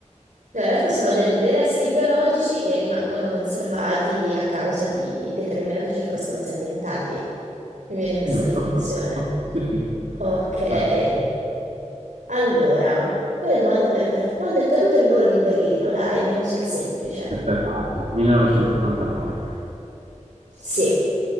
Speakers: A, on the right; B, on the right.
A: no, in realtà sono del- dei resti biologici che rimangono conservati a causa di determinate circostanze ambientali. Mi viene questa
B: Giusto,
A: definizione.
B: perfetto. Sì, sì,
A: Ok,
B: perfetto.
A: allora, quale domanda potrei farti? Quando è caduto il muro di Berlino? Dai, andiamo sul semplice.
B: Questa è facile. 1989.
A: Sì,